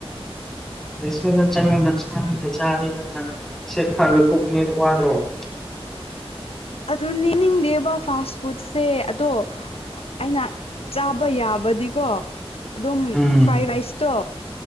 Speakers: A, in the centre; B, on the left.
A: ꯁꯇꯅ ꯆꯪꯉꯒ ꯆꯥꯅꯤꯒ ꯆꯥꯅꯤ ꯅꯪꯅ ꯁꯦꯠꯈꯔꯒ ꯀꯣꯛꯅꯦꯅ ꯋꯥꯗ꯭ꯔꯣ <unintelligible>
B: ꯑꯗꯨ ꯅꯅꯤꯡꯗꯦꯕ ꯐꯥꯁ ꯐꯨꯗꯁꯦ ꯑꯗꯣ ꯑꯩꯅ ꯆꯥꯕ ꯌꯥꯕꯗꯤꯀꯣ ꯑꯗꯨꯝ
A: ꯎꯝ
B: ꯐ꯭ꯔꯥꯏ ꯔꯥꯏꯁꯇꯣ